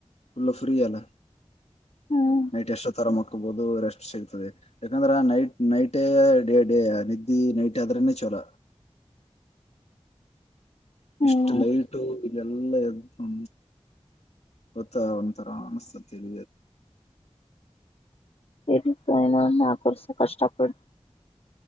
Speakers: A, on the left; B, on the left.
A: ಫುಲ್ಲು ಫ್ರೀ ಅಲ್ಲ
B: ಹ್ಮ್
A: ನೈಟ್ ಎಷ್ಟ ತರ ಹಕೋಬಹುದು ರೆಸ್ಟ್ ಸಿಗ್ತದೆ ಯಾಕಂದ್ರೆ ನೈಟ್ ನೈಟೇ ಡೇ ಡೇ ನಿದ್ದಿ ನೈಟ್ ಆದ್ರನೆೇ ಚಲ ಇಷ್ಟು
B: ಹ್ಮ್
A: ಲೈಟು ಎಲ್ಲ ಎ್ದ ಗೊತ್ತ ಒಂದು ತರನ ಸ ತಿಳ
B: ಎಡತ್ತು ಆಯನ ನಾಕು ವರ್ಷಾ ಕಷ್ಟಪಡಿ